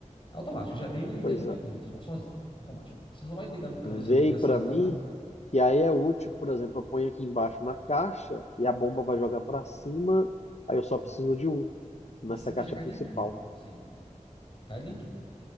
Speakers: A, on the left; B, on the left.
A: É automático. Já vem um interligado
B: Pois é.
A: no outro já, sozinho. Automático. Você só vai ligar no cano seu
B: veio
A: que tem a saída
B: para mim,
A: lá.
B: que aí é útil, por exemplo, eu ponho aqui embaixo na caixa e a bomba vai jogar para cima, aí eu
A: Sim.
B: só preciso de um nessa
A: Em cima
B: caixa
A: já cai
B: principal.
A: limpinho. Sim. Cai limpinho.